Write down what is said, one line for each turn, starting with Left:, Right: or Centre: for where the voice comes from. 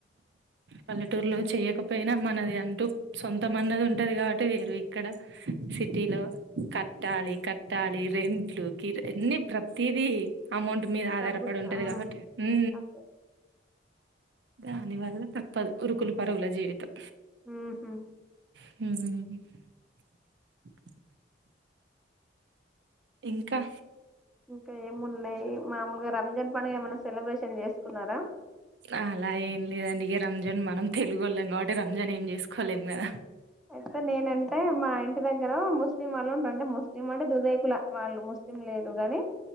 Right: పల్లెటూరులో చేయకపోయినా మనది అంటూ సొంతం అన్నది ఉంటది కాబట్టి వేరు ఇక్కడ సిటీలో కట్టాలి కట్టాలి రెంట్లు కి అన్ని ప్రతిది అమౌంట్ మీద ఆధారపడి
Centre: దమ్ముతున్నా
Right: ఉంటది కాబట్టి ఉ
Centre: అదే
Right: దాని వల్ల తప్పదు ఉరుకులు పరుగుల జీవితం
Centre: ఉ హూ
Right: హ్మ్మ్ ఇంకా
Centre: ఇంకా ఏమున్నాయి మాముూలుగా రంజాన్ పడుగ ఏమైనా సెలబ్రేషన్ చేసుకున్నారా
Right: అలా ఏం లేదండి ఇక రంజన్ మనం తెలుగు వాళ్ళం కాబట్టి రంజాన్ ఏం చే తీసుకలేం కద
Centre: అయితే నేనంటే మా ఇంటి దగ్గర ముస్లిం వాళ్ళు ఉంటారు అంటే ముస్లిం అంటే దుదేకుల వాళ్ళు ముస్ లేదు కాని